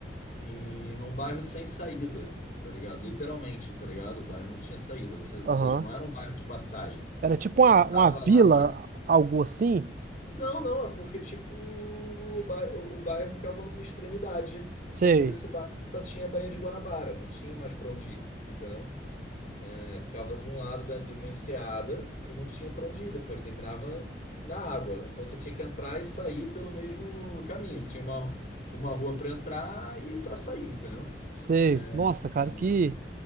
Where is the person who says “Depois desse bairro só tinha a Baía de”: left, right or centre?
Left